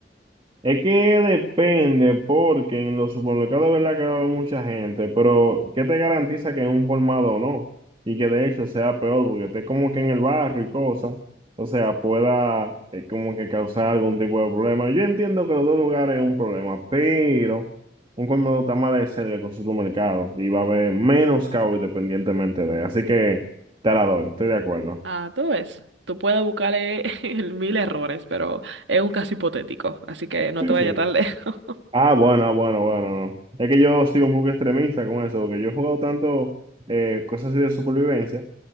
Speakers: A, on the right (about 25°); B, on the right (about 75°).
A: Es que depende, porque en los supermercados de verdad que va a haber mucha gente, pero ¿qué te garantiza que es un colmado no? Y que de hecho sea peor, porque esté como que en el barrio y cosas, o sea, pueda eh, como que causar algún tipo de problema. Yo entiendo que los dos lugares es un problema, pero un colmado está más de cerca que un supermercado y va a haber menos caos independientemente de. Así que te la doy, estoy de acuerdo.
B: Ah, tú ves, tú puedes buscarle <laughs> mil errores, pero es un caso hipotético, así que no
A: Sí,
B: te vayas
A: sí.
B: tan <laughs> lejos.
A: Ah, bueno, ah, bueno, bueno, no. Es que yo soy un poco extremista con eso, porque yo he jugado tanto eh, cosas así de supervivencia